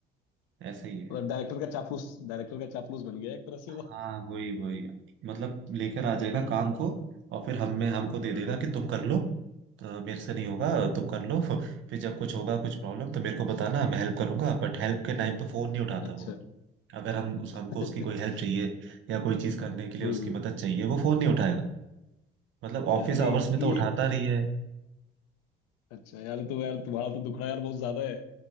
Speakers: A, on the right; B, on the left.
A: ऐसा ही है
B: मतलब डायरेक्टर का चापलूस डायरेक्टर का चापलूस बन गया एक तरह से
A: हाँ
B: वो
A: वही वही मतलब लेकर आ जाएगा काम को और फिर हम में हमको दे
B: हाँ
A: देगा
B: हाँ
A: कि तुम कर लो अ, मेरे से नहीं होगा तुम कर लो फिर जब कुछ होगा कुछ प्रॉब्लम तो मेरे को बताना मैं हेल्प करूंगा बट हेल्प के टाइम पे फोन नहीं उठाता
B: अच्छा
A: वो अगर हम उस
B: <laughs>
A: हमको उसकी कोई हेल्प चाहिए या कोई चीज करने के लिए
B: हम्म
A: उसकी मदद चाहिए वो फोन नहीं उठाएगा मतलब
B: अच्छा
A: ऑफिस
B: नहीं
A: आवर्स में तो
B: ये
A: उठाता नहीं है
B: अच्छा यार तो यार तुम्हारा तो दुखड़ा यार बहुत ज्यादा है